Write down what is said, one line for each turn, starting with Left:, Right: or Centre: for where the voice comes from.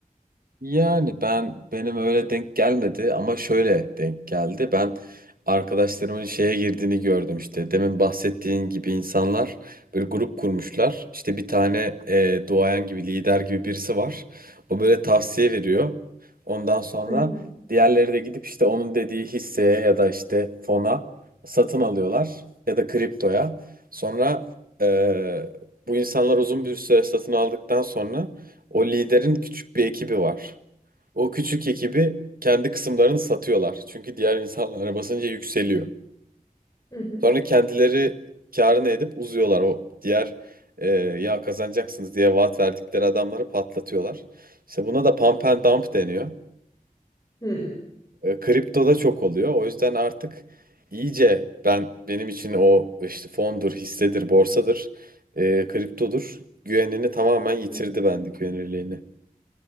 Right: Yani ben benim öyle denk gelmedi ama şöyle denk geldi. Ben arkadaşlarımın şeye girdiğini gördüm işte. Demin bahsettiğin gibi insanlar böyle grup kurmuşlar. İşte bir tane e, duayen gibi lider gibi birisi var. O böyle tavsiye veriyor. Ondan sonra
Left: Hı hı.
Right: diğerleri de gidip işte onun dediği hisseye ya da işte fona satın alıyorlar ya da kriptoya. Sonra e, bu insanlar uzun bir süre satın aldıktan sonra o liderin küçük bir ekibi var. O küçük ekibi kendi kısımlarını satıyorlar. Çünkü diğer insanlara basınca yükseliyor.
Left: Hı hı.
Right: Sonra kendileri kârını edip uzuyorlar. O diğer e, ya kazanacaksınız diye vaat verdikleri adamları patlatıyorlar. İşte buna da pump and dump deniyor.
Left: Hı hı.
Right: E, kriptoda çok oluyor. O yüzden artık iyice ben benim için o işte fondur, hissedir, borsadır, e, kriptodur güvenini tamamen yitirdi
Left: Hı.
Right: bende güvenilirliğini.